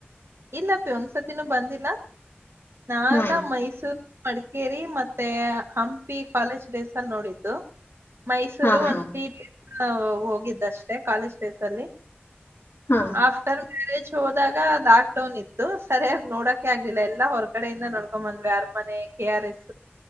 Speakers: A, on the right; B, on the left.
A: ಇಲ್ಲ ಅಪ್ಪಿ ಒಂದ್ಸತಿನೂ ಬಂದಿಲ್ಲ ನನ್
B: ಹಾ
A: ಮೈಸೂರ್ ಮಾಡಿ. ಕೇರಿ ಮತ್ತೆ ಹಂಪಿ ಕಾಲೇಜ್ ಡೇಸ್ ಅಲ್ಲಿ ನೋಡಿದ್ದು. ಮೈಸೂರು
B: ಹಾ ಹಾ
A: ಒಂದ್ ತ್ರೀ ಡೇಸ್ ಹೋಗಿದ್ದಷ್ಟೇ ಕಾಲೇಜ್ ಡೇಸ್ ಅಲ್ಲಿ.
B: ಹಾ
A: ಆಫ್ಟರ್ ಮ್ಯಾರೇಜ್ ಹೋದಾಗದಾ ೌನ್ ಇತ್ತು ಸರಿಯಾಗಿ ನೋಡಕೆ ಆಗ್ಲಿಲ್ಲ ಎಲ್ಲಾ ಹೊರಗಡೆಯಿಂದ ನೋಡ್ಕೊ ಬಂದ್ವಿ ಅರಮನೆ ಕೆ ಆರ್ ಎಸ್